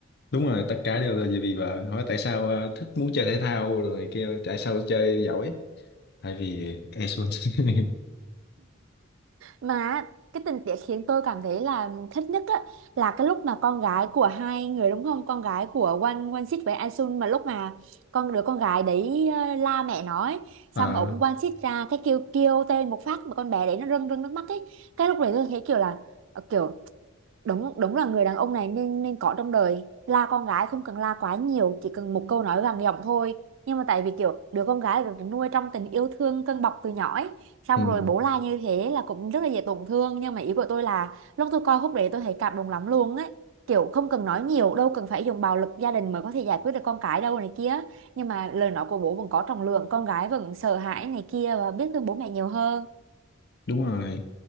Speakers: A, on the left; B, on the right.
A: đúng rồi tất cả đều là vì vì vợ hỏi tại sao à, thích muốn chơi thể thao rồi kêu tại sao chơi giỏi tại vì e <laughs>
B: Mà cái tình tiết khiến tôi cảm thấy là thích nhất á, là cái lúc mà con gái của hai người đúng không? Con gái của Wan Wan Sít với Aisun mà lúc mà con đứa con gái đấy ờ, la mẹ nó ấy, xong
A: à
B: ổng Wan Sít ra cái kêu kêu tên một phát mà con bé đấy nó rưng rưng nước mắt ấy. Cái lúc đấy tôi thấy kiểu là ờ, kiểu đúng đúng là người đàn ông này nên nên có trong đời la con gái không cần la quá nhiều chỉ cần một câu nói vàng giọng thôi nhưng mà tại vì kiểu đứa con gái được nuôi trong tình yêu thương cân bọc từ nhỏ ấy. xong
A: ừ,
B: rồi bố la như thế là cũng rất là dễ tổn thương nhưng mà ý của tôi là lúc tôi coi khúc đấy tôi thấy cảm động lắm luôn ấy kiểu không cần nói nhiều đâu cần phải dùng bạo lực gia đình mới có thể giải quyết được con cái đâu này kia nhưng mà lời nói của bố vẫn có trọng lượng con gái vẫn sợ hãi này kia và biết thương bố mẹ nhiều hơn
A: đúng rồi